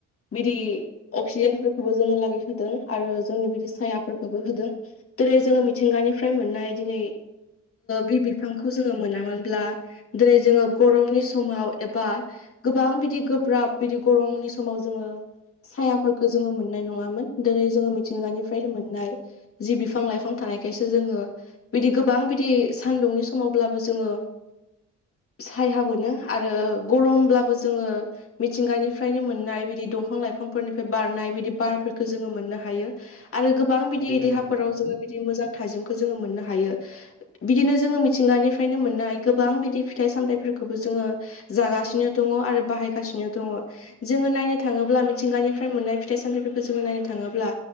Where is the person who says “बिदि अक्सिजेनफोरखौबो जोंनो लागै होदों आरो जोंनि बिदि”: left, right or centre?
Left